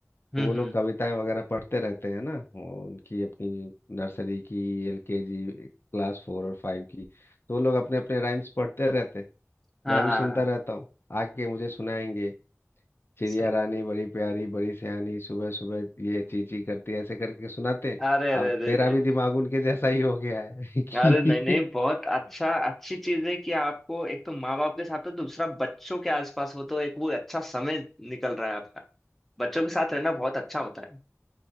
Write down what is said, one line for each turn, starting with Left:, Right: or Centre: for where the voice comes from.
Centre: हम्म
Left: तो वो लोग
Centre: हम्म
Left: कविताएं वगैरह पढ़ते रहते हैं ना वो उनकी अपनी नर्सरी की एलकेजी क्लास फोर और फाइव की तो वो लोग अपने अपने राइम्स पढ़ते रहते हैं
Centre: हाँ
Left: मैं
Centre: हाँ
Left: भी सुनता
Centre: हाँ
Left: रहता हूँ आके मुझे सुनाएंगे चिड़िया
Centre: सही
Left: रानी बड़ी प्यारी बड़ी सयानी सुबह सुबह ये ची ची करती है ऐसे करके सुनाते हैं
Centre: अरे अरे
Left: अब
Centre: अरे
Left: मेरा
Centre: अरे
Left: भी दिमाग उनके जैसा ही हो गया है <laughs> कि
Centre: अरे नहीं नहीं बहुत अच्छा अच्छी चीज है कि आपको एक तो माँ बाप के साथ हो दूसरा बच्चों के आसपास हो तो एक वो अच्छा समय निकल रहा है आपका बच्चों के साथ रहना बहुत अच्छा होता है